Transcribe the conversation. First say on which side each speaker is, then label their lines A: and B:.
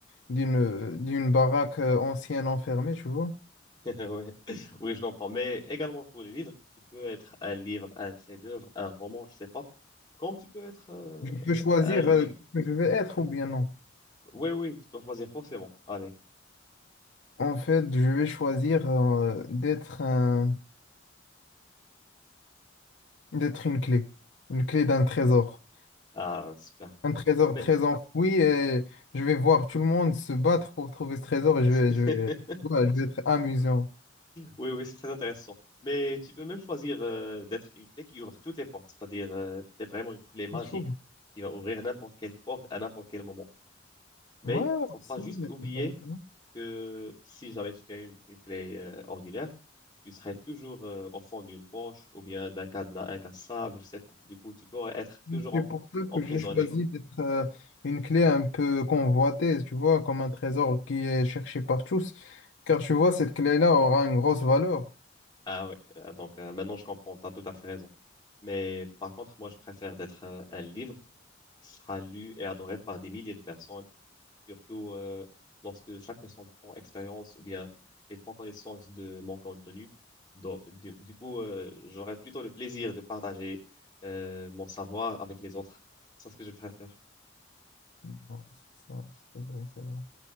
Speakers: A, on the left (about 65°); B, on the left (about 25°).
A: d'une d'une baraque euh, ancienne enfermée, tu vois.
B: <laughs> Ouais. Oui, je comprends. Mais également pour les livres, tu peux être un livre, un chef-d'œuvre, un roman, je sais pas. Comme tu peux être euh,
A: Je peux choisir
B: un livre.
A: euh, ce que je vais être ou bien non.
B: Oui, oui, tu dois choisir forcément. Allez.
A: En fait, je vais choisir euh, d'être un, d'être une clé, une clé d'un trésor.
B: Ah, super.
A: Un trésor
B: Mais
A: très enfoui et je vais voir tout le monde se battre pour trouver ce trésor et je
B: <laughs>
A: vais, je vais, ouais, je vais être amusant.
B: oui, oui, c'est très intéressant. Mais tu peux même choisir euh, d'être une clé qui ouvre toutes les portes. C'est-à-dire, euh, t'es vraiment une clé magique
A: Franchement,
B: qui va ouvrir n'importe quelle porte à n'importe quel moment. Mais
A: Ouais, merci,
B: faut pas juste
A: mais
B: oublier
A: c'est pas la peine.
B: que si jamais tu as une, une clé euh, ordinaire, tu serais toujours euh, au fond d'une poche ou bien d'un cadenas incassable, je sais pas. Du coup, tu pourrais être toujours
A: Oui,
B: en-
A: C'est pour ça
B: emprisonné.
A: que j'ai choisi d'être euh, une clé un peu convoitée, tu vois, comme un trésor qui est cherché par tous. Car tu vois, cette clé-là aura une grosse valeur.
B: Ah oui, euh, donc euh, maintenant je comprends, tu as tout à fait raison. Mais par contre, moi, je préfère d'être euh, un livre qui sera lu et adoré par des milliers de personnes surtout euh, lorsque chaque personne prend expérience ou bien et prend connaissance de mon contenu. Donc, du, du coup, euh, j'aurais plutôt le plaisir de partager euh, mon savoir avec les autres. C'est ce que je préfère.
A: Bon, c'est ça, c'est vrai, c'est vrai.